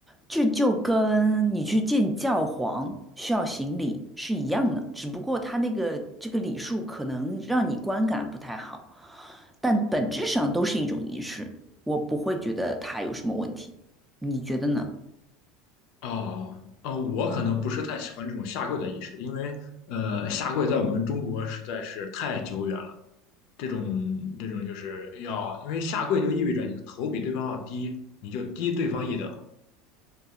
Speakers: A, in the centre; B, on the left (about 65°).
A: 这就跟你去见教皇需要行礼是一样的，只不过他那个这个礼数可能让你观感不太好，但本质上都是一种仪式，我不会觉得他有什么问题，你觉得呢？
B: 哦，呃，我可能不是太喜欢这种下跪的仪式，因为呃，下跪在我们中国实在是太久远了。这种这种就是要，因为下跪就意味着你的头比对方要低，你就低对方一等，